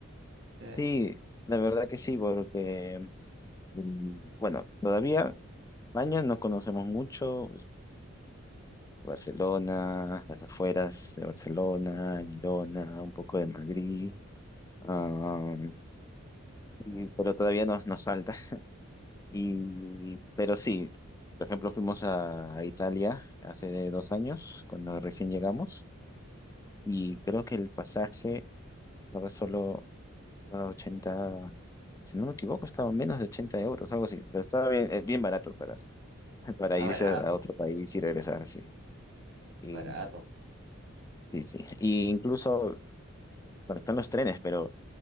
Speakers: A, on the right; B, on the left.
A: Eh,
B: Sí, la verdad que sí, porque, mm, bueno, todavía España no conocemos mucho, Barcelona, las afueras de Barcelona, Girona, un poco de Madrid. Ah, y- pero todavía nos, nos falta Y, pero sí, por ejemplo, fuimos a, a Italia hace dos años, cuando recién llegamos, y creo que el pasaje estaba solo, estaba 80 si no me equivoco, estaba menos de 80 euros, algo así, pero estaba bien, eh, bien barato para, <laughs> para
A: ah,
B: irse
A: barato,
B: a otro país y regresar, sí. Y,
A: barato.
B: sí, sí. Y incluso, bueno, están los trenes, pero